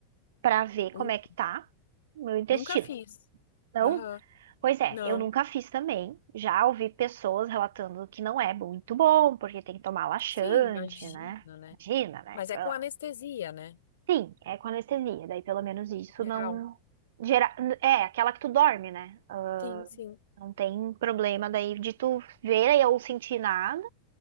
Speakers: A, on the right; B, on the left.
A: pra ver
B: Nu-
A: como é que tá o meu intestino.
B: Nunca fiz.
A: Não,
B: Aham.
A: Pois é,
B: Não.
A: eu nunca fiz também. Já ouvi pessoas relatando que não é muito bom, porque tem que tomar laxante,
B: Sim, imagino,
A: né?
B: né?
A: Imagina, né?
B: Mas é
A: Ah.
B: com anestesia, né?
A: Sim, é com anestesia, daí pelo menos isso
B: Em Geral.
A: não gera... É, aquela que tu dorme, né? Ah,
B: Sim, sim.
A: Não tem problema daí de tu ver ou sentir nada.